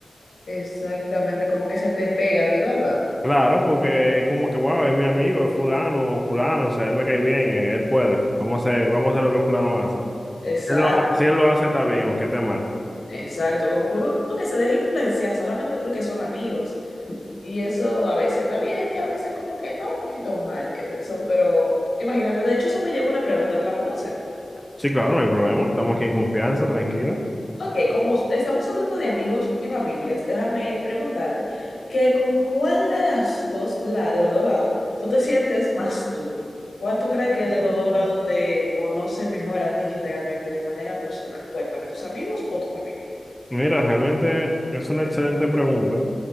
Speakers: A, on the left (about 80°); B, in the centre.
A: Exactamente, como que se te pega a ti, ¿verdad?
B: Claro, porque es como que, wow, es mi amigo, es fulano, fulano, o sea, él me cae bien, eh, él puede, vamos a hacer, vamos a hacer lo que fulano hace. Si
A: Exacto.
B: él lo, ha- si él lo hace, está bien, aunque esté mal.
A: Exacto, como que uno como que se deja influenciar solamente porque son amigos. Y eso a veces está bien y a veces como que está un poquito mal, Jefferson. Pero imagínate, de hecho eso me lleva a una pregunta, ¿te la puedo hacer?
B: Sí, claro, no hay problema, estamos aquí en confianza, tranquila.
A: Ok, como us- estamos hablando de amigos y familias, déjame preguntarte que con cuál de las dos, la, de los dos lados, tú te sientes más tú. ¿Cuál tú crees que de los dos lados te conoce mejor a ti realmente de manera personal? Cuéntame, ¿tus amigos o tu familia?
B: Mira, realmente es una excelente pregunta.